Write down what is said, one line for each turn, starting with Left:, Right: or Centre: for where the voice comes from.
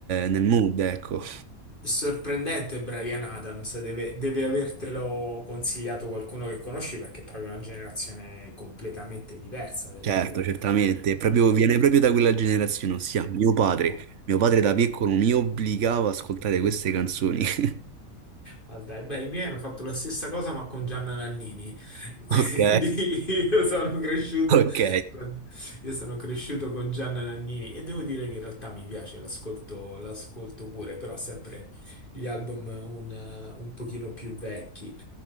Right: nel mood, ecco.
Left: Sorprendente Brian Adams, deve, deve avertelo consigliato qualcuno che conosci perché è proprio una generazione completamente diversa della
Right: Certo,
Left: tua.
Right: certamente, proprio- viene proprio da quella generazione, ossia mio padre.
Left: <laughs>
Right: Mio padre da piccolo mi obbligava ad ascoltare queste canzoni. <laughs>
Left: Ah, dai, beh, i miei hanno fatto la stessa cosa ma con Gianna Nannini, <laughs> quindi
Right: Ok,
Left: io sono cresciuto
Right: <laughs> ok,
Left: con, io sono cresciuto con Gianna Nannini e devo dire che in realtà mi piace, l'ascolto l'ascolto pure, però sempre gli album un, un pochino più vecchi.